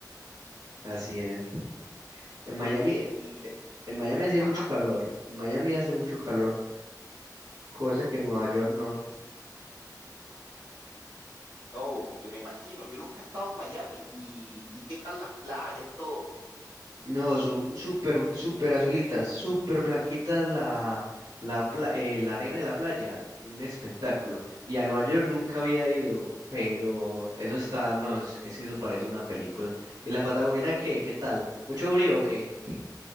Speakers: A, on the right; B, on the right.
A: así
B: Y,
A: es. En
B: oye,
A: Miami,
B: y...
A: eh, en Miami hacía
B: Ajá,
A: mucho calor, en Miami hace mucho calor, cosa que en Nueva York no.
B: no, eh, me imagino. Yo nunca he estado en Miami. ¿Y, y qué tal las playas, todo?
A: No, son súper, súper azulitas, súper blanquitas la, la, pla- eh, la arena de la playa, un espectáculo. Y a Nueva York nunca había ido, pero eso está, no, es, es que eso parece una película. ¿Y la Patagonia qué? ¿Qué tal? ¿Mucho frío o qué?